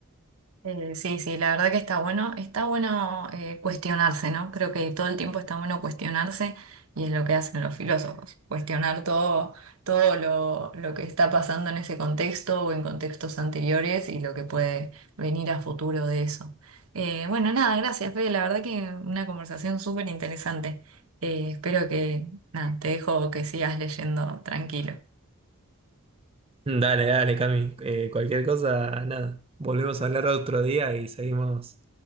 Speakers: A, on the right; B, on the right.
A: Eh, sí, sí, la verdad que está bueno, está bueno eh, cuestionarse, ¿no? Creo que todo el tiempo está bueno cuestionarse y es lo que hacen los filósofos, cuestionar todo, todo lo, lo que está pasando en ese contexto o en contextos anteriores y lo que puede venir a futuro de eso. Eh, bueno, nada, gracias, Fede, la verdad que una conversación súper interesante. Eh, espero que, nada, te dejo que sigas leyendo tranquilo.
B: Dale, dale, Cami. Eh, cualquier cosa, nada. Volvemos a hablar otro día y seguimos